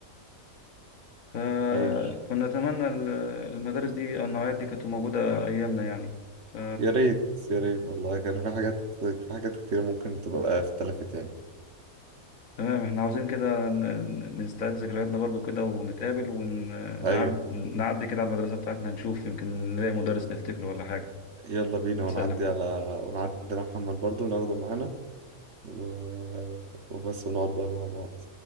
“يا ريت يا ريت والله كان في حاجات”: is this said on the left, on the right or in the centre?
Right